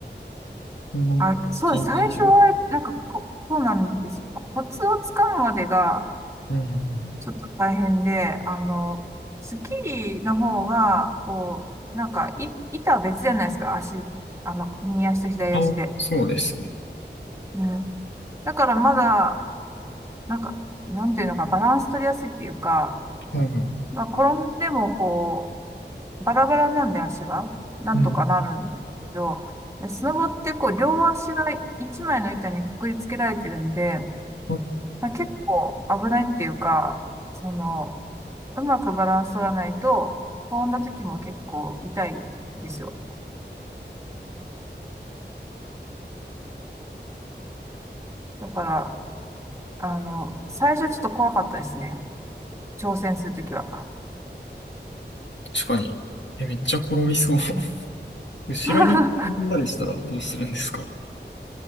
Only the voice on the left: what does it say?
この近畿中に。
うん。
あ、そうですね。
うん。
うん。
あ
確かに。え、めっちゃ転びそう。
後ろに飛んだりしたらどうするんですか